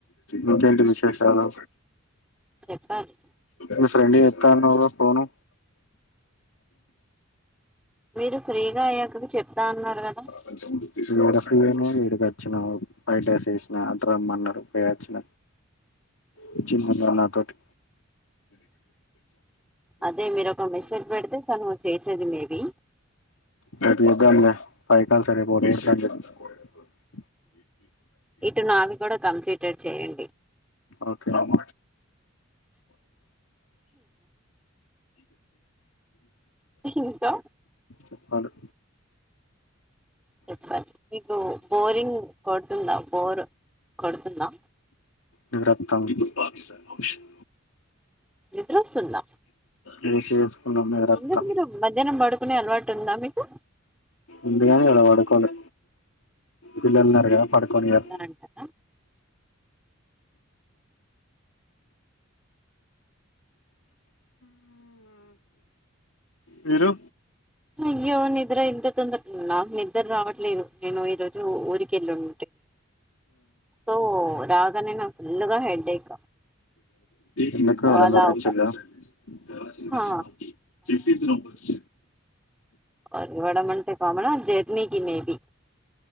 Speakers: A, on the left; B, in the centre.
A: ఇంకేంటి విశేషాలు
B: చెప్పాలి
A: మిస్ ఫ్రెండ్ కి చెత్తాన్నవ్ కదా ఫోను
B: మీరు ఫ్రీగా అయ్యాక చెప్తా అన్నారు
A: <unintelligible>
B: కదా
A: నువ్వ ఏమో ఇటికి వచ్చినవ్ వైట్ డ్రెస్ వేసినా అటు రమ్మన్నారు పేయచ్చిన వచ్చి మాట్లాడనాటక్
B: అదే మీరు ఒక మెసేజ్ పెడితే తను చేసేది మే బీ
A: <unintelligible>
B: ఇటు నావి కూడా కంప్లీటడ్ చేయండి
A: ఒకే ఆమ
B: ఇంకా
A: చెప్పాలి
B: చెప్ప మీకు బోరింగ్ కొడుతుందా బోర్ కొడుతుందా
A: నిరతం పాకిస్తా ఆప్షన్
B: నిద్ర ఒస్తుందా
A: రేస్ వేసుకున్నాం నిద్రత్తాం
B: ఎందుకు మీరు మధ్యాహ్నం పడుకునే అలవాట్ టుందా మీకు
A: ఎందుగని ఆడ వడుకోవాలె పిల్లలున్నారుగా పడుకోనియర్
B: అంటారా
A: మీరు
B: అయ్యో నిద్ర ఇంత తొందుట్లున్నా నాకు నిద్ర రావట్లేదు నేను ఈ రోజు ఊరికెళ్ళుం సో రాగానే నా ఫుల్ గా హెడేక్
A: ఎందుకు
B: సో
A: ఎవరన్నా
B: అలా
A: నర్ర
B: ఒక
A: ఇచ్చిర్ర ఫఫ
B: ఆ
A: నబర్
B: అవడమంటే కామనా జర్నీకి మేబి